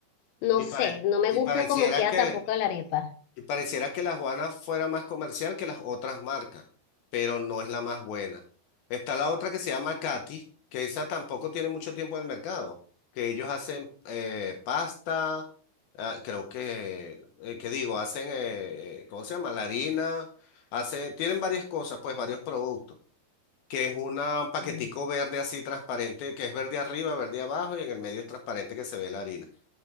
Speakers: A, on the left; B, on the left.
A: No
B: Y,
A: sé,
B: pare-
A: no me
B: y
A: gusta
B: pareciera
A: cómo queda
B: que...
A: tampoco la arepa.
B: Y Pareciera que la Juana fuera más comercial que las otras marcas, pero no es la más buena. Está la otra que se llama Katy, que esa tampoco tiene mucho tiempo en el mercado, que ellos hacen eh, pasta, ah, creo que, eh, ¿qué digo? Hacen, eh, eh, ¿cómo se llama? La harina, hacen, tienen varias cosas, pues varios productos, que es una, un paquetico
A: Mm.
B: verde así transparente, que es verde arriba, verde abajo y en el medio es transparente que se ve la harina.